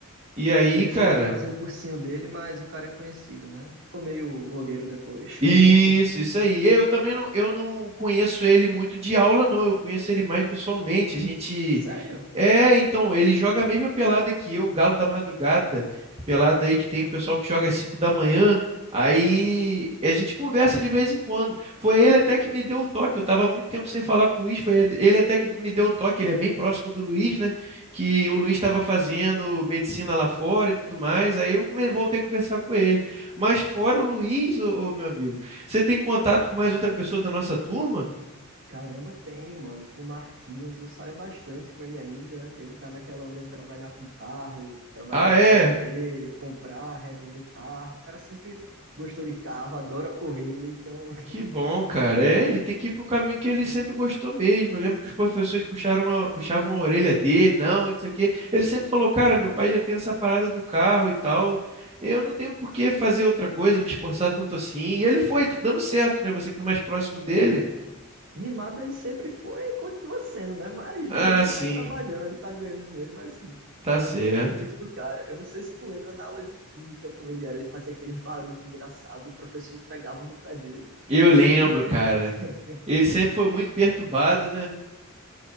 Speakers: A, on the right; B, on the right.
A: E aí,
B: Eu não
A: cara,
B: cheguei a fazer o cursinho dele, mas o cara é conhecido, né? Ficou meio blogueiro depois.
A: isso,
B: <laughs>
A: isso aí. Eu também não, eu não conheço ele muito de aula, não. Eu conheço ele mais pessoalmente. A gente
B: Sério?
A: É, então, ele joga a mesma pelada que eu, o Galo da Madrugada, pelada aí que tem o pessoal que joga às 5 da manhã, aí a gente conversa de vez em quando. Foi ele até que me deu o toque, eu tava muito tempo sem falar com o Luiz, foi ele até que me deu o toque, ele é bem próximo do Luiz, né, que o Luiz estava fazendo medicina lá fora e tudo mais, aí eu come- voltei a conversar com ele. Mas fora o Luiz, ô, ô, meu amigo, você tem contato com mais outra pessoa da nossa turma?
B: Caramba, tenho, mano. Com o Marquinhos, eu saio bastante com ele ainda. Ele tá naquela onda de trabalhar com carro, trabalhar
A: Ah,
B: junto
A: é?
B: com o pai dele, comprar, revender carro. O cara sempre gostou de carro, adora correr, então
A: Que bom, cara. É, ele tem que ir para um caminho que ele sempre gostou mesmo. Eu lembro que os professores puxaram a- puxavam a orelha dele, não, e não sei o quê. Ele sempre falou, cara, meu pai já tem essa parada do carro e tal. Eu não tenho por que fazer outra coisa, me esforçar tanto assim. E ele foi, tá dando certo, né? Você que é mais próximo dele.
B: É. Mimado ele sempre foi e continua sendo, né? Mas
A: Ah,
B: não deixa
A: sim,
B: de estar trabalhando, tá ganhando dinheiro, mas assim,
A: tá certo.
B: eu gosto muito do cara. Eu não sei se tu lembra na aula de química como ele era, ele fazia aqueles barulhos engraçados e o professor pegava no pé dele.
A: Eu lembro,
B: E o profe-
A: cara.
B: <laughs>
A: Ele sempre foi muito perturbado, né?